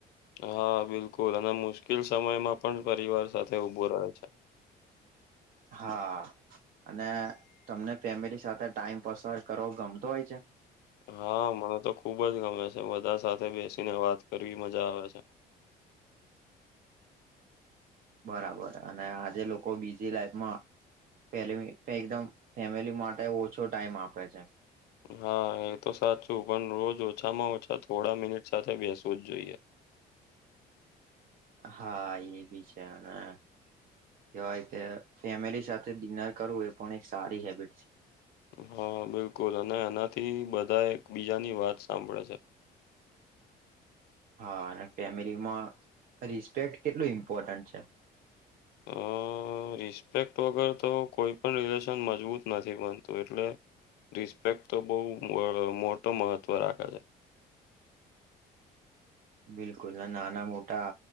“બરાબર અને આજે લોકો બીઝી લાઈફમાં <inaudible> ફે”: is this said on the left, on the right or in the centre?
Right